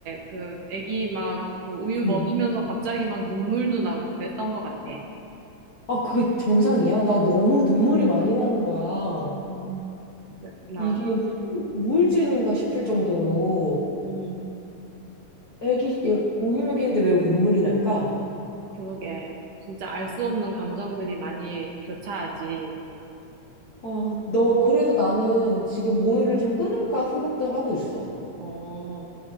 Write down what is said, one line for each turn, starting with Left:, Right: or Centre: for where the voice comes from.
Right: 그, 애기 막, 그 우유
Left: 응.
Right: 먹이면서 갑자기 막 눈물도 나고 그랬던 것 같아.
Left: 아, 그게 정상이야? 나 너무 눈물이 많이 나는 거야.
Right: 음, 그랬구나.
Left: 이게 우울증인가 싶을 정도로,
Right: 음,
Left: 애기, 얘 우유먹이는데 왜 눈물이 날까?
Right: 그러게. 진짜 알 수 없는 감정들이 많이 교차하지.
Left: 아, 너 그래서 나는 지금 모유를 좀 끊을까 생각도 하고 있어.
Right: 어.